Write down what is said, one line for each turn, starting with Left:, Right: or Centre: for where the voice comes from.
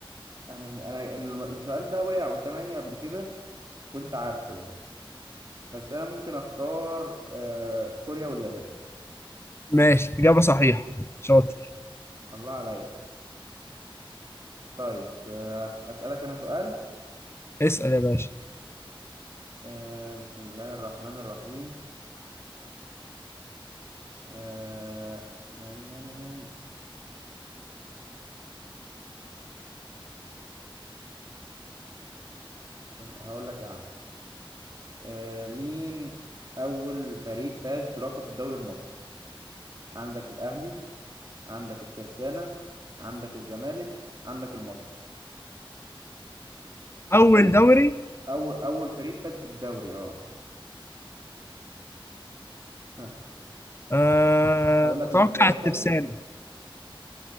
Right: انا انا ال- السؤال ده وقع قدام عيني قبل كده كنت عارفه يعني بس انا ممكن اختار آه، كوريا واليابان
Left: ماشي إجابة صحيحة شاطر
Right: الله عليا طيب آه، اسالك انا سؤال
Left: اسأل يا باشا
Right: آه، بسم الله الرحمن الرحيم آه، <laughs> هقول لك يا عم آه، مين أول فريق فاز بلقب الدوري المصري؟ عندك الأهلي، عندك الترسانة، عندك الزمالك، عندك المصري.
Left: اول
Right: أو
Left: دوري
Right: أول أول فريق فاز بالدوري أه ها،
Left: آه،
Right: هقول لك
Left: اتوقع
Right: الاختيارات
Left: الترسانة
Right: تاني